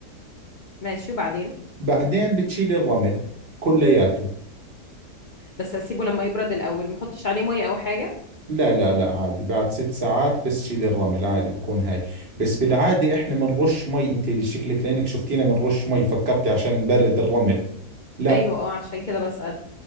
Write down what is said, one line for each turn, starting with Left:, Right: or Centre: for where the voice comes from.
Left: ماشي وبعدين
Right: بعدين بتشيلي الرمل كلياته
Left: بس اسيبه لما يبرد الاول ما احطش عليه ميه او حاجه
Right: لا لا لا عادي بعد ست ساعات بس شيلي الرمل عادي بكون هاي بس بالعادة احنا بنرش مي انت شكلك لانك شفتينا بنرش مي فكرتي عشان نبرد الرمل لا
Left: ايوه اه عشان كده بسأل